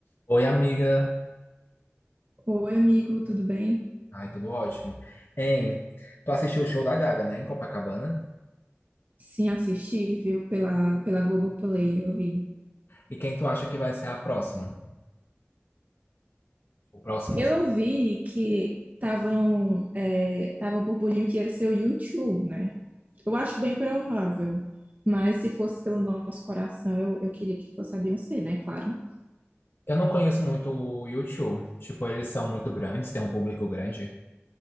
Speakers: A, on the left (about 55°); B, on the right (about 40°).
A: Oi, amiga.
B: Oi, amigo, tudo bem?
A: Ai, tudo ótimo. Hein, tu assistiu o show da Gaga, né, em Copacabana?
B: Sim, assisti, viu, pela, pela Globoplay, eu vi.
A: E quem tu acha que vai ser a próxima? O próximo
B: Eu
A: show.
B: vi que estavam, é, tava o burburinho que ia ser o YouTube, né? Eu acho bem provável, mas se fosse pelo nosso coração, eu, eu queria que fosse a Beyoncé, né? Claro.
A: Eu não conheço muito o YouTube, Tipo, eles são muito grandes, tem um público grande.